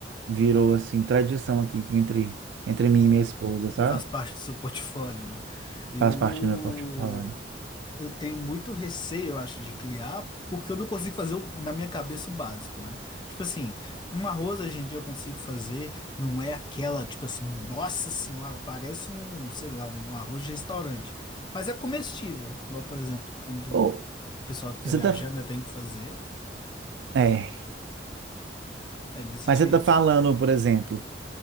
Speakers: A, on the right (about 75°); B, on the left (about 25°).
A: virou, assim, tradição aqui entre, entre mim e minha esposa, sabe?
B: faz parte do seu portfólio, né? Eu
A: Faz parte do meu portfólio.
B: eu tenho muito receio, eu acho, de criar, porque eu não consigo fazer o- na minha cabeça o básico, né? Tipo assim, um arroz hoje em dia eu consigo fazer, não é aquela, tipo assim, nossa senhora, parece um, sei lá, um arroz de restaurante, mas é comestível. Igual, por exemplo, quando
A: Ou
B: o pessoal que tá
A: você
B: viajando
A: tá.
B: eu tenho que fazer,
A: É.
B: é desse
A: Mas
B: jeito.
A: você tá falando, por exemplo.